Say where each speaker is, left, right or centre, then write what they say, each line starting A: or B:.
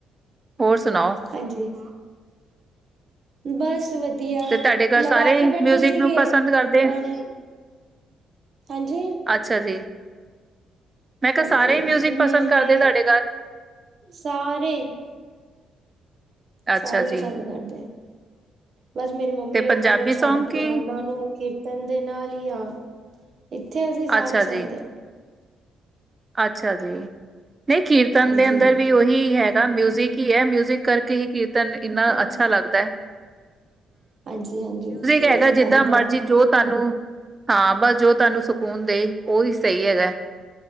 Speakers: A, on the right; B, on the right.
A: ਹੋਰ ਸੁਣਾਓ?
B: ਹਾਂਜੀ। ਬਸ ਵਧੀਆ,
A: ਤੇ ਤੁਹਾਡੇ ਘਰ
B: ਲਗਾ
A: ਸਾਰੇ
B: ਕੇ ਬੈਠੇ
A: ਮਿਊਜਿਕ
B: ਸੀਗੇ
A: ਨੂੰ ਪਸੰਦ ਕਰਦੇ ਆ?
B: ਗਾਣੇ। ਹਾਂਜੀ।
A: ਅੱਛਾ ਜੀ। ਮੈਂ ਕਿਹਾ
B: ਹਾਂਜੀ,
A: ਸਾਰੇ ਹੀ ਮਿਊਜਿਕ ਪਸੰਦ
B: ਮੇ
A: ਕਰਦੇ
B: ਮੈਂ
A: ਤੁਹਾਡੇ ਘਰ
B: ਸਾਰੇ ਸਾਰੇ
A: ਅੱਛਾ
B: ਪਸੰਦ
A: ਜੀ
B: ਕਰਦੇ ਐ, ਬਸ ਮੇਰੇ ਮੰਮੀ
A: ਤੇ
B: ਉਨਾਂ
A: ਪੰਜਾਬੀ
B: ਨੂੰ ਛੱਡ
A: ਸੌਂਗ
B: ਕੇ
A: ਕੀ
B: ਓਨਾਂ ਨੂੰ ਕੀਰਤਨ ਦੇ ਨਾਲ ਹੀ ਆ, ਇੱਥੇ ਅਸੀਂ ਸਾਰੇ
A: ਅੱਛਾ ਜੀ
B: ਸੁਣਦੇ ਆਂ।
A: ਅੱਛਾ ਜੀ, ਨਹੀਂ ਕੀਰਤਨ
B: ਹਾਂਜੀ
A: ਦੇ ਅੰਦਰ ਵੀ ਓਹੀ ਹੈਗਾ, ਮਿਊਜਿਕ ਹੀ ਐ ਮਿਊਜਿਕ ਕਰਕੇ ਹੀ ਕੀਰਤਨ ਇੰਨਾ
B: ਹਾਂਜੀ
A: ਅੱਛਾ ਲੱਗਦੈ।
B: ਹਾਂਜੀ ਹਾਂਜੀ, ਉਸ
A: ਹੈਗਾ
B: ਮੇ ਹੀਂ
A: ਜਿੱਦਾਂ
B: ਲੱਗਦੈ।
A: ਮਰਜੀ ਜੋ ਤੁਹਾਨੂੰ ਹਾਂ ਬਸ ਜੋ ਤੁਹਾਨੂੰ ਸਕੂਨ ਦੇ ਉਹੀ ਸਹੀ ਹੈਗਾ